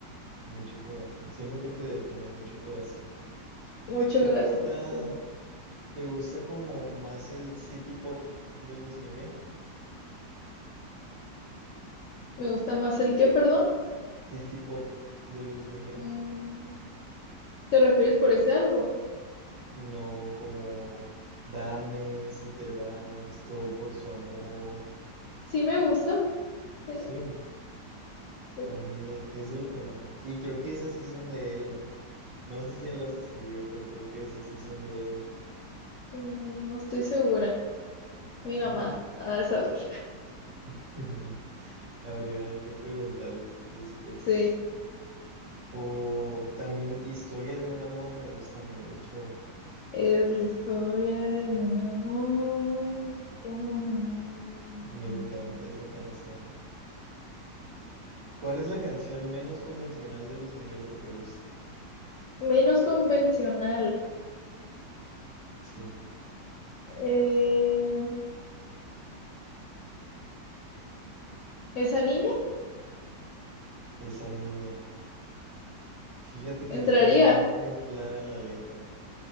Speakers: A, on the right; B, on the left.
A: Mucho corazón, siento que te define mucho corazón.
B: Mucho
A: ¿Te
B: corazón.
A: gusta,
B: Sí.
A: te gusta como más el city pop de Luis Miguel?
B: Me gusta más el que, perdón.
A: City pop de Luis Miguel.
B: Mm, ¿Te refieres por ese álbum?
A: No como dame si te vas, todo por su amor.
B: Sí, me gusta. Sí.
A: Sí,
B: Sí.
A: a mí e- es de lo que más... Y creo que esas sí son de él, ¿no? No sé si él las escribió, pero creo que esas sí son de él.
B: Mm, No estoy segura. Mi mamá
A: No.
B: ha de saber.
A: <laughs> Habría que preguntarle después.
B: Sí,
A: O también Historia de un amor me gusta mucho.
B: es la historia de un amor como no hay
A: Me
B: igual.
A: encanta esa canción. ¿Cuál es la canción menos convencional de Luis Miguel que te gusta?
B: menos convencional.
A: Sí,
B: Eh, esa niña
A: esa niña. Fíjate
B: entraría.
A: que no tengo muy clara la letra.